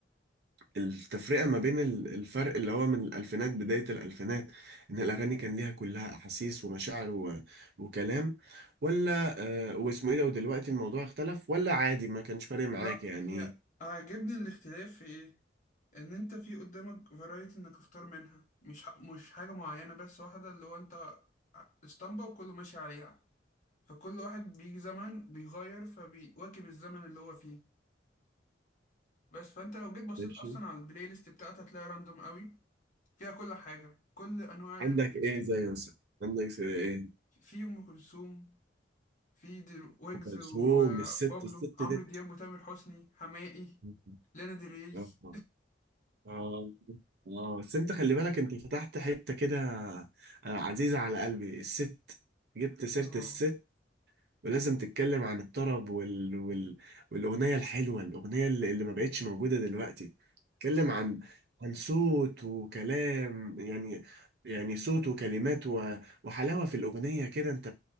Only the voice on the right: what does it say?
التفرقة ما بين ال- الفرق اللي هو من الألفينات بداية الألفينات إن الأغاني كان ليها كلها أحاسيس ومشاعر و... وكلام ولا آه واسمه إيه ده ودلوقتي الموضوع اختلف ولا عادي ما كانش فارق معاك
يعني
ماشي
عندك
إيه زي مثلا عندك زي إيه
أم كلثوم
الست الست
دي
<laughs>
آه آه آه بس أنت خلي بالك أنت فتحت حتة كده آه، عزيزة على قلبي الست جبت سيرة
الست ولازم تتكلم عن الطرب وال... وال... والأغنية الحلوة الأغنية اللي اللي ما بقتش موجودة دلوقتي تتكلم
عن عن صوت وكلام يعني يعني صوت وكلمات و... وحلاوة في الأغنية كده أنت